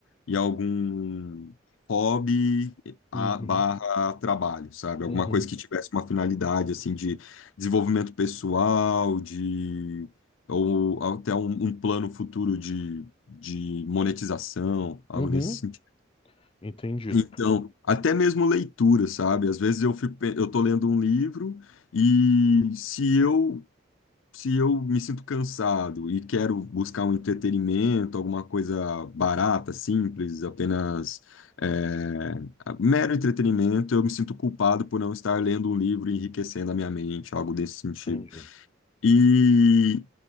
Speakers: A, on the left; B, on the left.
A: em algum hobby a
B: Uhum,
A: barra trabalho, sabe?
B: uhum,
A: Alguma coisa que tivesse uma finalidade assim de desenvolvimento pessoal, de ou até um, um plano futuro de, de monetização, algo
B: uhum.
A: nesse sentido.
B: Entendido,
A: Então, até mesmo leitura, sabe? Às vezes eu fico, pe- eu tô lendo um livro e se eu se eu me sinto cansado e quero buscar um entretenimento, alguma coisa barata, simples, apenas é, mero entretenimento, eu me sinto culpado por não estar lendo um livro e enriquecendo a minha mente, algo desse sentido.
B: entendi.
A: E,